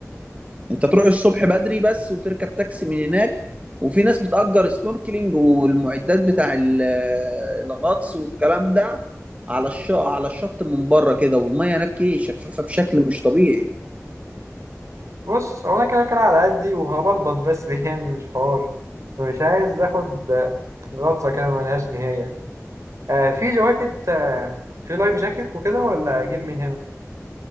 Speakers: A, on the right (about 25°); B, on the right (about 70°).
A: انت تروح الصبح بدري بس وتركب تاكسي من هناك وفي ناس بتأجر سنوركلينج والمعدات بتاع ال- <hesitation> الغطس والكلام ده على الشط على الشط من بره كده والميه هناك ايه شفافه بشكل مش طبيعي
B: هو انا كده كده على قدي وهبلبط بس <laughs> يعني مش حوار مش عايز اخد آه، غطسة كده ملهاش نهاية آه في جواكت آه في لايف جاكيت وكده ولا اجيب من هنا